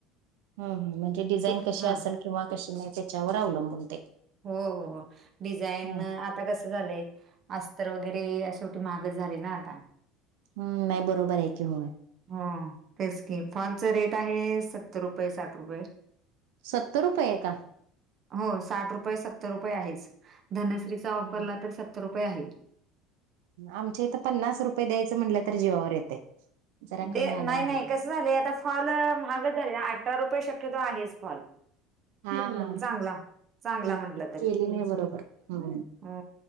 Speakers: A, on the right; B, on the right.
A: हम ह म्हणजे डिझाईन
B: तू
A: कशी
B: हा
A: असेल? किंवा कशी नाही? त्याच्यावर अवलंबून ते
B: हो हो डिझाईन
A: हा.
B: आता कस झालंय अस्तर वगैरे शेवटी महाग झाले ना आता
A: हम्म नाही बरोबर आहे की हो
B: हो तेच की फॉलच रेट आहे. सत्तर रुपये साठ रुपये.
A: सत्तर रुपये का?
B: हो साठ रुपये सत्तर रुपये आहेच. धनश्रीचा वापरला
A: हम्म.
B: तर सत्तर रुपये आहे.
A: आमच्या इथं पन्नास रुपये द्यायचं म्हटलं तर जीवावर येतय. जरा
B: दे
A: कमी आलाय
B: नाही-नाही
A: मला
B: कसं झालंय? आता फॉल महागच झाले. अठरा रुपये शक्यतो आहेच फॉल.
A: हा ह
B: चांगला चांगला
A: ठीक
B: म्हटलं तरी
A: केली नाही बरोबर ह.
B: हो